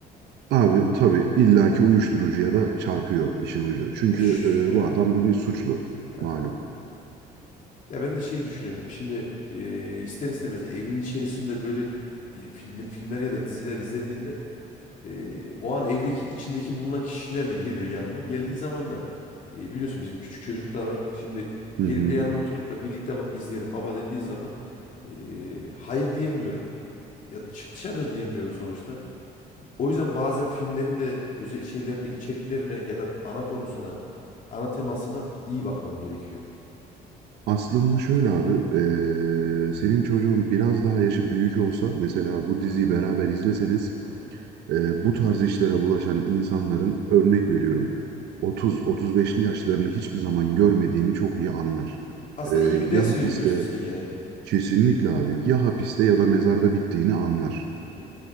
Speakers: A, on the right; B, on the left.
A: Abi tabii illaki uyuşturucuya da çarpıyor işin ucu. Çünkü
B: Ya şş,
A: e,
B: evet.
A: bu adam bir suçlu
B: Aha.
A: malum.
B: Ya ben de şey düşünüyorum. Şimdi e, ister istemez evin içerisinde böyle e, film, filmler ya da diziler izlediğimde e, o an evdeki içindeki bulunan kişiler de geliyor yanıma. Geldiği zaman da e, biliyorsun bizim küçük çocuk da var. Şimdi
A: Hı
B: gelip
A: hı.
B: de yanıma oturup da birlikte ba- izleyelim baba dediği zaman e, hayır diyemiyorum. Ya çık dışarıda diyemiyorum sonuçta. O yüzden bazen filmlerin de özel şeylerine, içeriklerine ya da ana konusuna, ana temasına iyi bakmam gerekiyor.
A: Aslında şöyle abi, e, senin çocuğun biraz daha yaşı büyük olsa mesela bu diziyi beraber izleseniz
B: Hı hı.
A: e, bu tarz işlere bulaşan insanların örnek veriyorum 30-35'li yaşlarını hiçbir zaman görmediğini çok iyi anlar.
B: Hı hı. Aslında
A: E,
B: iyi bir ders
A: ya hapiste
B: verir diyorsun sen yani.
A: kesinlikle abi
B: Hı
A: ya hapiste ya da mezarda bittiğini anlar.
B: hı. hı.